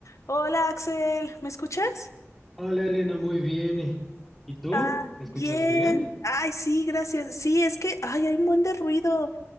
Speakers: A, on the left; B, in the centre.
A: Hola Axel, ¿me escuchas?
B: Hola Elena, muy bien. ¿Y tú?
A: Ah,
B: ¿Me
A: bien.
B: escuchas bien?
A: Ay, sí, gracias. Sí, es que, ay, hay un buen de ruido.